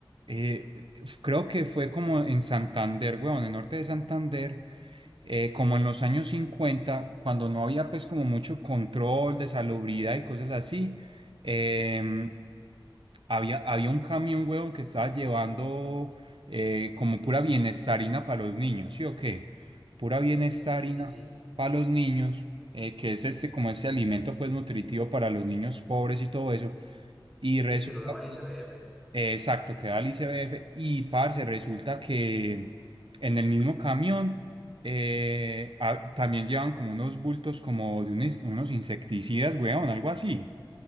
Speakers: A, on the right; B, in the centre.
A: eh, f- creo que fue como en Santander, weón, en el norte de Santander, eh, como en los años 50 cuando no había pues como mucho control de salubridad y cosas así, em, había, había un camión, weón, que estaba llevando eh, como pura bienestarina para los niños, ¿sí o qué? Pura bienestarina
B: Sí, sí, sí.
A: para los niños, eh, que es este, como ese alimento pues nutritivo para los niños pobres y todo eso. Y resulta,
B: Sí, que lo daba el ICBF.
A: exacto, queda el ICBF y parce, resulta que en el mismo camión eh, ah, también llevan como unos bultos como de unos, unos insecticidas, weón, algo así.